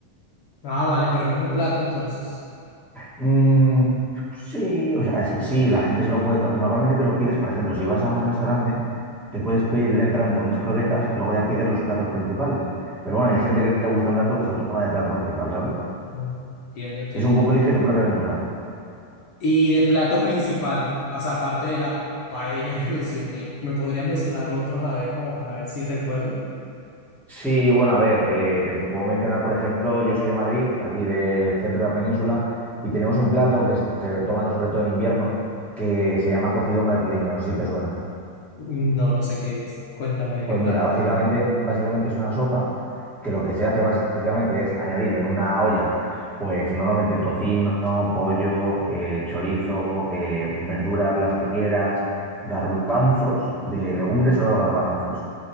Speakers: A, on the left (about 80°); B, in the centre.
A: Ah, vale, pero no es un plato entonces.
B: Mm, sí, o sea, s- sí, la gente se lo puede, to- normalmente te lo pides, por ejemplo, si vas a un restaurante, te puedes pedir de entrante unas croquetas y luego ya pides los platos principales. Pero bueno, hay gente que le gustan tanto que se lo toma de plato principal, ¿sabes?
A: Mm, Entiendo, entiendo.
B: Es un poco elige tu propia aventura.
A: Y de plato principal, o sea, aparte de la paella que <laughs> mencioné, ¿me podrías mencionar otros? A ver, como para ver si recuerdo.
B: Sí, bueno, a ver, eh, te puedo mencionar, por ejemplo, yo soy de Madrid, aquí del centro de la península, y tenemos un plato que se toma sobre todo en invierno, que se llama cocido madrileño, no sé si te suena.
A: No, no sé qué es. Cuéntame de
B: Pues
A: qué trata.
B: mira, básicamente, básicamente es una sopa que lo que se hace básicamente es añadir en una olla, pues normalmente tocino, pollo, eh, chorizo, eh, verduras las que quieras, garbanzos, de legumbres o garbanzos